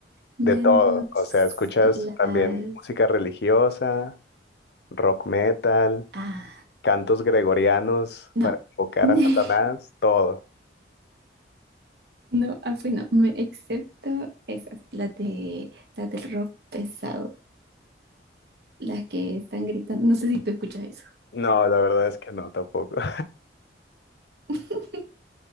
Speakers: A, on the right; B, on the left.
A: Menos
B: de todo. O sea, escuchas
A: las...
B: también música religiosa, rock metal,
A: Ah,
B: cantos gregorianos
A: no.
B: para invocar
A: <laughs>
B: a Satanás, todo.
A: No, ah, pues no, me, excepto esas, las de, las del rock pesado, las que están gritando. No sé si tú escuchas eso.
B: No, la verdad es que no, tampoco. <laughs>
A: <laughs>